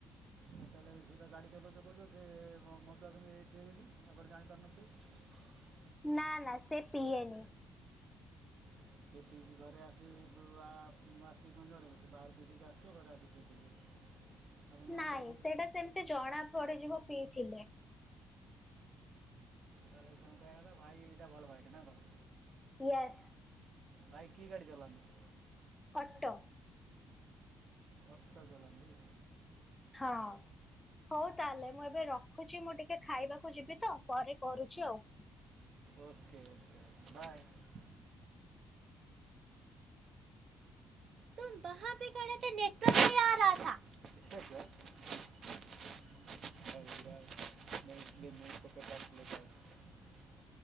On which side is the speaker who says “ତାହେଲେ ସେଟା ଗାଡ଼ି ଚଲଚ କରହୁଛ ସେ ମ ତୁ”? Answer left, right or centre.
Right